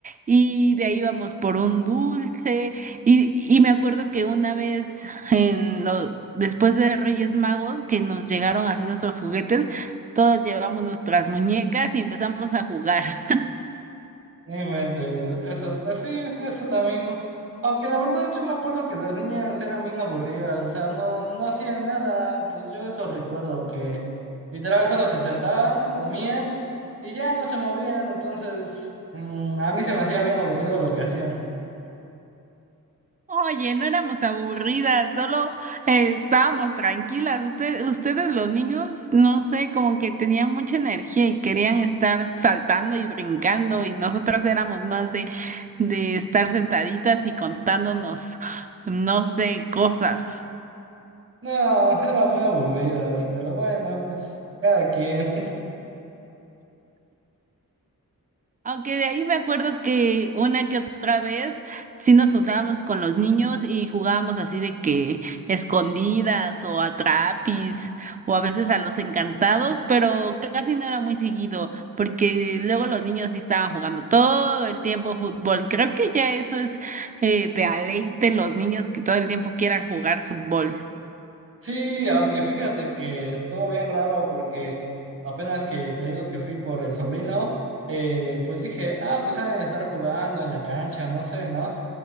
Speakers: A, on the right; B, on the right.
A: y de ahí íbamos por un dulce. Y, y me acuerdo que una vez en lo- después de Reyes Magos, que nos llegaron así nuestros juguetes, todas llevamos nuestras muñecas y empezamos a jugar. <laughs>
B: No Inventes, eso, pues sí, eso también. Aunque la verdad yo me acuerdo que las niñas eran bien aburridas, o sea, no, no hacían nada, pues yo eso recuerdo que literal solo se sentaban, comían y ya no se movían, entonces mm, a mí se me hacía bien aburrido lo que hacían.
A: Oye, no éramos aburridas, solo eh, estábamos tranquilas. Usted- ustedes los niños, no sé, como que tenían mucha energía y querían estar saltando y brincando y nosotras éramos más de, de estar sentaditas y contándonos, no sé, cosas.
B: No, eran muy aburridas, pero bueno, pues cada quien.
A: Aunque de ahí me acuerdo que una que otra vez sí nos juntábamos con los niños y jugábamos así de que escondidas o a trapis o a veces a los encantados, pero casi no era muy seguido porque luego los niños sí estaban jugando todo el tiempo fútbol. Creo que ya eso es eh, de a ley de los niños que todo el tiempo quieran jugar fútbol.
B: Sí, aunque fíjate que estuvo bien raro porque apenas que te digo que fui por el sobrino, eh, pues dije, ah, pues han de estar jugando en la cancha, no sé, ¿no?